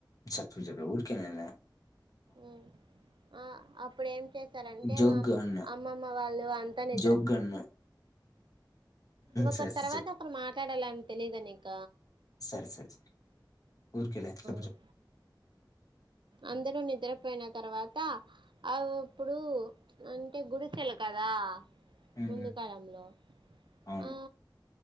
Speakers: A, on the left; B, on the right.
A: చెప్పు చెప్ప ఊరికెనేనే
B: ఉమ్ ఆ అప్పుడేంచే సర్ అంటే
A: జోక్‌గా
B: మామ్
A: అన్నా.
B: అమ్మమ్మ వాళ్ళు అంతా నిద్ర
A: జోక్‌గా అన్నా.
B: ఒకరు
A: సరే సరే
B: తర్వాత
A: చెప్పు.
B: ఒకరు మాట్ టాడాలని తెలీదా నీక
A: సరే సరే వూరికేలే చెప్పు
B: ఆ
A: చెప్పు
B: అందరూ నిద్రపోయిన తర్వాత అవ్ ఇప్పుడు అంటే గుడికెలు కదా
A: హ్మ్
B: ముందు కాలంలో
A: అవును
B: ఆ